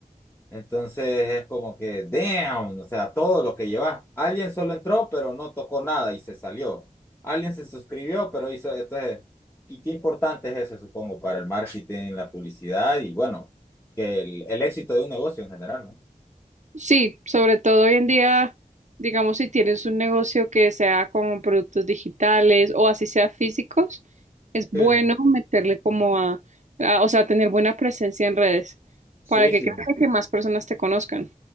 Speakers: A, on the left; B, on the right.
A: Entonces es como que, damn, o sea, todo lo que llevas. Alguien solo entró, pero no tocó nada y se salió. Alguien se suscribió, pero hizo, entonces, y qué importante es eso, supongo, para el marketing, la publicidad y bueno, que el, el éxito de un negocio en general, ¿no?
B: Sí, sobre todo hoy en día, digamos, si tienes un negocio que sea con productos digitales o así sea físicos, es bueno
A: Sí, sí.
B: meterle como a, a- o sea, tener buena presencia en redes
A: Sí,
B: para que
A: sí.
B: crezca que más personas te conozcan.